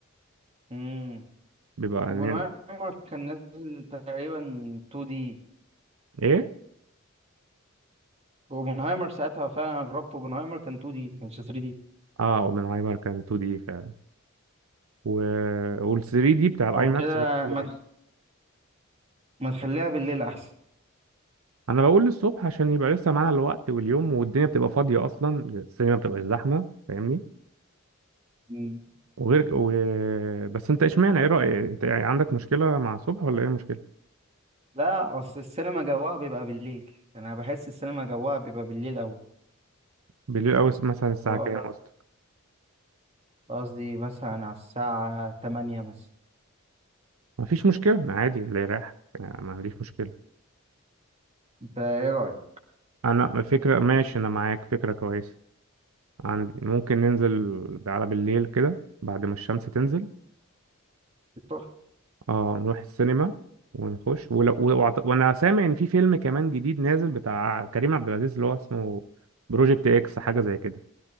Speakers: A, on the right (about 30°); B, on the right (about 85°).
A: امم
B: بيبقى
A: اوبنهايمر
B: ان
A: كان نازل تقريبا 2 دي
B: ايه
A: اوبنهايمر ساعتها فعلا انا جربت اوبنهايمر كان 2 دي ما كانش 3 دي
B: اه اوبنهايمر كان 2 دي فعلا و... وال 3 دي بتاع الاي
A: او كده
B: ماكس بيبقى حلو
A: ما
B: جدا
A: تخ- ما تخليها بالليل احسن
B: انا بقول للصبح عشان يبقى لسه معانا الوقت واليوم والدنيا بتبقى فاضيه اصلا السينما بتبقى زحمه فاهمني
A: مم.
B: وغير و... بس انت اشمعنى ايه رايك انت يعني عندك مشكله مع الصبح ولا ايه مشكله
A: لا اصل السينما جواها بيبقى بالليل يعني انا بحس السينما جواها بيبقى بالليل اوي
B: بالليل او مثلا الساعه
A: هو
B: كام
A: ف-
B: قصدك
A: قصدي مثلا على الساعة 8 مثلا
B: مفيش مشكله أنا عادي اللي يريح يعني ما عنديش مشكله
A: انت ايه رأيك؟
B: انا فكره ماشي انا معاك فكره كويسه عندي ممكن ننزل على بالليل كده بعد ما الشمس تنزل
A: تحفة.
B: اه نروح السينما ونخش ولو و... وانا سامع ان في فيلم كمان جديد نازل بتاع كريم عبد العزيز اللي هو اسمه بروجكت اكس حاجه زي كده